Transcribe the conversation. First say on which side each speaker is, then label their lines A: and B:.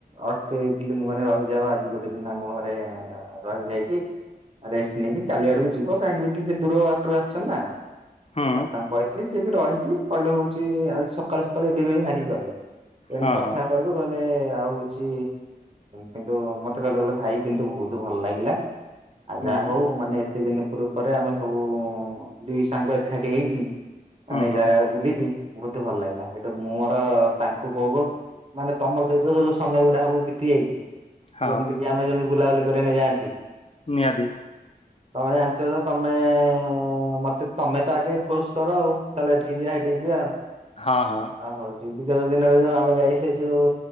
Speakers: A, on the right; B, on the left.
A: ଅଟକେଇଥିଲି ମୁଁ କ ରହିଯାଉ ଆଜି ଗୋଟେ ଦିନ ଆମ ଘରେ ରହିଯାଇକି। ରେଷ୍ଟ ନେଇକି ଚାଲି ଆଡକୁ ଯିବ କାହିଁକି କି ସେ ଦୂର ବାଟରୁ ଆସିଛନ୍ତିନ୍।
B: ହୁଁ
A: ଆଉ ତାଙ୍କୁ କହିଥିଲି ସିଏ ବି ରହିକି କହିଲେ ହଉଛି ଆଜି ସକାଳୁ ସକାଳୁ ଏବେ ବି ହାରିଗଲ। ଏମିତି
B: ହଁ
A: କଥା
B: ହଁ
A: କହି। କହିଲେ ଆଉ ହଉଛି କିନ୍ତୁ ମତେ କହିଲେ କଲେ ଭାଇ କିନ୍ତୁ ବହୁତ ଭଲ ଲାଗିଲା। ଆ
B: ହୁଁ
A: ଯାହା ହଉ ମାନେ ଏତେ ଦିନ ପୂର୍ବ ପରେ ଆମେ ସବୁ ଦିଇ ସାଙ୍ଗ ଏକାଠି ହେଇକି? ମାନେ
B: ହୁଁ
A: ଏ
B: ହୁଁ
A: ଜାଗାକୁ ବୁଲିକି ବହୁତ ଭଲ ଲାଗିଲା ସେଇଟୁ ମୁଁ ମୋର ତାଙ୍କୁ କହୁ ମାନେ ତମ ସହିତ ଯ ସମୟ ଗୁରା ସବୁ ବିତି ଯାଇଚି
B: ହଁ।
A: ଯେମିତି କି ଆମେ ଯେମିତି ବୁଲାବୁଲି କରିବା ନେଇଯାଆନ୍ତି।
B: ନିହାତି।
A: ତମେ ଜାଣିଥିବ ତ ତମେ ହ ମତେ ତମେ ତ ଆଗେ ଫୋର୍ସ କର ଆଉ ଚାଲ ଏଠିକି ଯିବା ହେଠିକି ଯିବା ଆଉ।
B: ହଁ ହଁ।
A: ହଉଛି ବିଗତ ଦିନରେ ଯୋଉ ଆମେ ଯାଇଥିଲେ ସେଉ